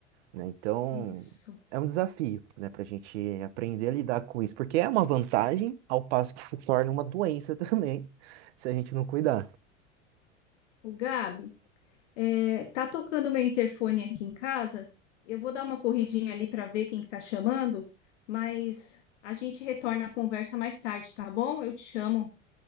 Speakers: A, on the right; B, on the left.
A: né? Então
B: Isso.
A: é um desafio, né, para a gente aprender a lidar com isso, porque é uma vantagem, ao passo que se torna uma doença <laughs> também, se a gente não cuidar.
B: O Gabi, é, tá tocando meu interfone aqui em casa. Eu vou dar uma corridinha ali para ver quem que tá chamando, mas a gente retorna a conversa mais tarde, tá bom? Eu te chamo.